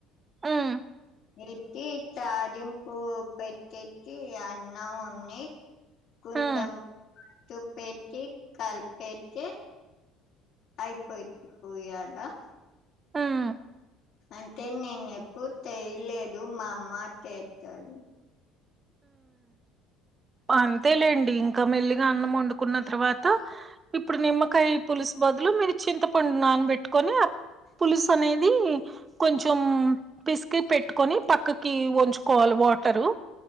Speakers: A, on the right; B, on the left.
A: ఉమ్
B: ఎతి తాడింపు పెట్టెసి అన్నం ఉన్ని కుంటం
A: ఉమ్
B: తుపేటి కాల్పేటి అయిపోయి పోయాదా
A: ఉమ్
B: అంటే నేనెప్పుడు తెయలేదు మా అమ్మ చెత్తది
A: ఆ అంతేలేండి ఇంకా మెల్లిగా అన్నం వండుకున్న తర్వాత ఇప్పుడు నిమ్మకాయ పులుస్ బదులు మీరు చింతపండు నానబెట్టుకొని పులుసు అనేది కొంచెం పిసికి పెట్టుకొని పక్కకి వంచుకోవాలి వాటరు